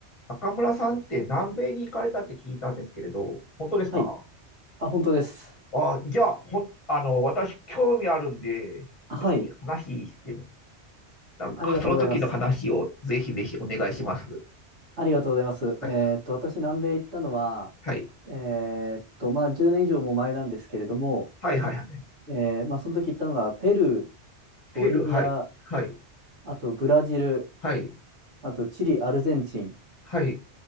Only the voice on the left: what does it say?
中村さんって南米に行かれたって聞いたんですけれど、本当ですか
あ、じゃあ、ほん、あの、私興味あるんで、
ぜひ話しても、なんかその時の話をぜひぜひお願いします。
はい、
はい、
はい、はい、はい。
ペルー、はい、はい、
はい、
はい。